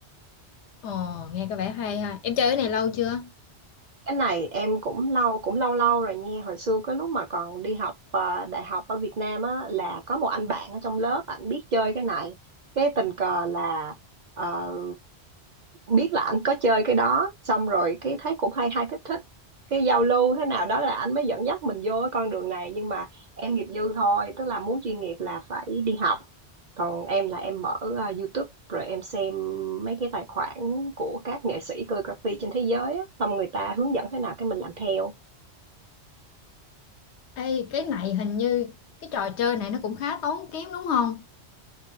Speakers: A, on the left; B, on the right.
A: Ồ, nghe có vẻ hay ha. Em chơi cái này lâu chưa?
B: cái này em cũng lâu cũng lâu lâu rồi nha hồi xưa cái lúc mà còn đi học ờ, đại học ở Việt Nam á là có một anh bạn ở trong lớp ảnh biết chơi cái này cái tình cờ là ờ, biết là anh có chơi cái đó xong rồi cái thấy cũng hay hay thích thích cái giao lưu thế nào đó là anh mới dẫn dắt mình vô cái con đường này nhưng mà em nghiệp dư thôi tức là muốn chuyên nghiệp là phải đi học còn em là em mở ờ, YouTube rồi em xem mấy cái tài khoản của các nghệ sĩ calligraphy trên thế giới á, xong người ta hướng dẫn thế nào cái mình làm theo
A: Ê, cái này hình như cái trò chơi này nó cũng khá tốn kém đúng không